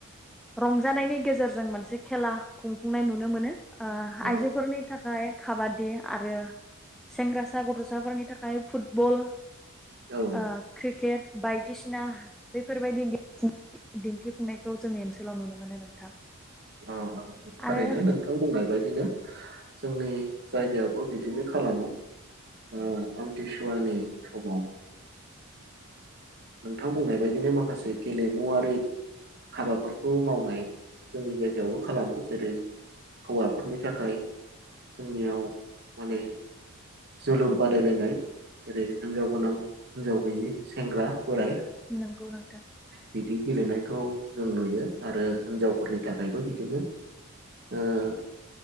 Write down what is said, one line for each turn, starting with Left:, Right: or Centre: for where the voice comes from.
Centre: रंजानायनि गेजेरजों मोनसे खेला खुंफुंनाय नुनो मोनो ओ
Right: औ
Centre: आइजोफोरनि थाखाय खाबादि आरो सेंग्रासा गथसाफोरनि थाखाय फुटबल
Right: औ
Centre: ओ क्रिकेट बायदिसिना बेफोरबायदि दिन्थिफुंनाय खौ जोंनि ओनसोलाव नुनो मोनो नोंथां।
Right: औ औ थारैनो
Centre: आरो
Right: नोंथां बुंनाय बायदिनो जोंनि जायगायावबो बिदिनो खालामो ओ आमथिसुवानि समाव नोंथां बुंनाय बायदिनो माखासे गेलेमुवारि हाबाफोरखौ मावनाय जोंनि जायगायावबो खालामो जेरै हौवाफोरनि थाखाय जोंनियाव माने जोलुर बादायलायनाय जेरै हिनजाव गोनां हिनजाव गैयि सेंग्रा बोराय
Centre: नंगौ नोंथां।
Right: बिदि गेलेनायखौ जों नुयो आरो हिनजाव फोरनि थाखायबो बिदिनो ओ